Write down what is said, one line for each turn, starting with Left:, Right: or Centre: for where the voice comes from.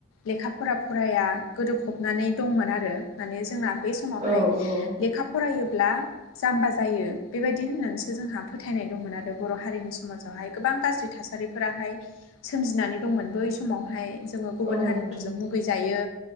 Left: लेखा फरा फराया गोदोफब नानै दंमोन आरो माने जोंना बै समावहाय
Right: औ औ
Left: लेखा फरायोब्ला जाम्बा जायो बेबायदि होननानैसो जोंहा फोथायनाय दंमोन आरो बर' हारिनि समाजावहाय। गोबां गाज्रि थासारि थासारिफोराहाय सोमजिनानै दंमोन बै समावहाय जोङो गुबुन
Right: औ
Left: हारिफोरजों
Right: नोंथां
Left: मुगैजायो।